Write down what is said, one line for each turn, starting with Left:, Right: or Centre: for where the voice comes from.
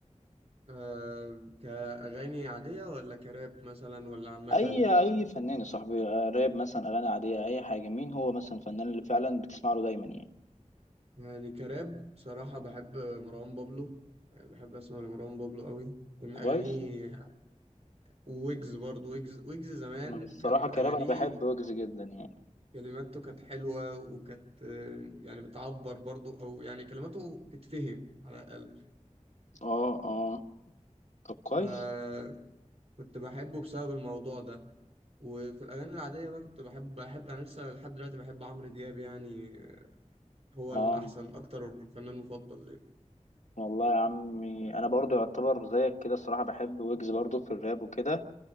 Right: أه كأغاني عادية ولا كراب مثلا ولا عامة
Left: اي اي فنان يا صاحبي آه، راب مثلا اغاني عادية اي حاجة مين هو مثلا الفنان اللي فعلا بتسمع له دايما يعني
Right: يعني كراب بصراحة بحب مروان بابلو يعني بحب أسمع لمروان بابلو قوي من
Left: كويس
Right: أغانيه وويجز برضو ويجز ويجز زمان
Left: أنا الصراحة
Right: كان
Left: كراب
Right: أغانيه
Left: انا بحب ويجز جدا يعني
Right: كلماته كانت حلوة وكانت آه، يعني بتعبر برضو أو يعني كلماته تتفهم على الأقل
Left: اه اه طب كويس
Right: آه كنت بحبه بسبب الموضوع ده وفي الأغاني العادية بقى كنت بحب بحب أنا لسه لحد دلوقتي بحب عمرو دياب يعني هو
Left: اه
Right: الأحسن أكتر الفنان مفضل ليا
Left: والله يا عمي انا برضو يعتبر زيك كده الصراحه بحب ويجز برضو في الراب وكده